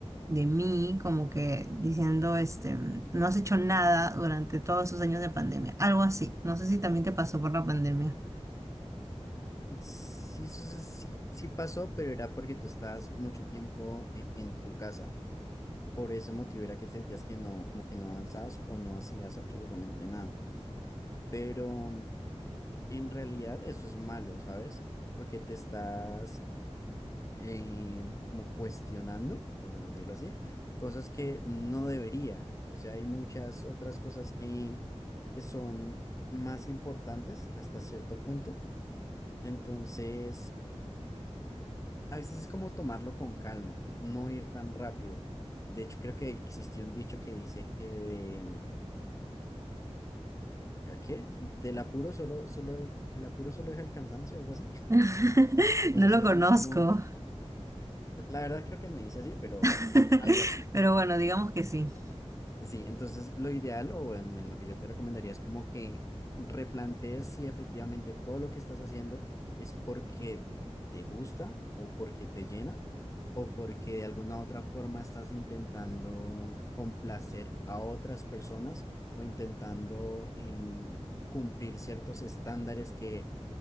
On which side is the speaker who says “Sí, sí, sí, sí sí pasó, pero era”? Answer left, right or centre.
Left